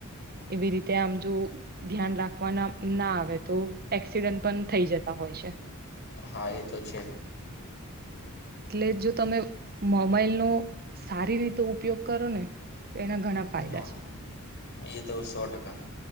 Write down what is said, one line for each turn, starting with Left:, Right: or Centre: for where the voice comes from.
Right: એવી રીતે આમ જો ધ્યાન રાખવાના ના આવે તો એક્સિડન્ટ પણ થઈ જતા હોય હોય છે.
Left: હા એ તો છે.
Right: એટલે જો તમે મોબાઈલનો સારી રીતે ઉપયોગ કરો ને તો એના ઘણા ફાયદા
Left: હા
Right: છે
Left: એ તો સો ટકા